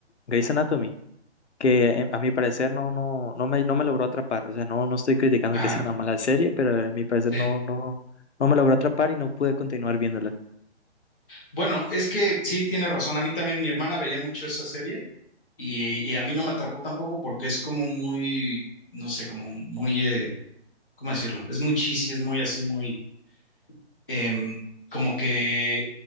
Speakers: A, on the left; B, in the centre.
A: Grey's Anatomy. que eh, a mi parecer no, no, no me, no me logró atrapar. O sea, no, no estoy criticando
B: Ajá,
A: que sea una mala serie, pero a mi parecer
B: sí.
A: no, no, no me logró atrapar y no pude continuar viéndola.
B: Bueno, es que sí tienes razón, a mí también mi hermana veía mucho esa serie. Y, y a mí no me atrapó tampoco porque es como muy, no sé, como muy, eh, ¿cómo decirlo? Es muy cheesy, es muy así, muy, em, como que